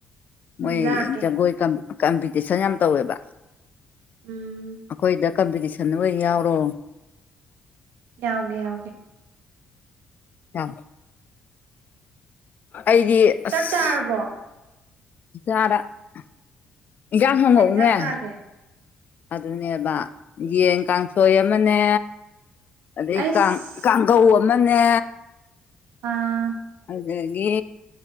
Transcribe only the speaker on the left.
ꯃꯣꯏ
ꯖꯒꯣꯏ ꯀꯝꯄꯤꯇꯤꯁꯟ ꯌꯥꯝ ꯇꯧꯋꯦꯕ
ꯑꯩꯈꯣꯏꯗ ꯀꯝꯄꯤꯇꯤꯁꯟ ꯑꯣꯏ ꯌꯥꯎꯔꯣ
ꯑ ꯑꯩꯗꯤ ꯑꯁ
ꯆꯔꯥꯖꯍꯪꯧꯅꯦ
ꯑꯗꯨꯅꯦꯕ ꯌꯦꯟ ꯀꯥꯡꯁꯣꯏ ꯑꯃꯅꯦ ꯑꯗꯩ
ꯀꯥꯡ ꯀꯥꯡꯈꯧ ꯑꯃꯅꯦ
ꯑꯗꯒꯤ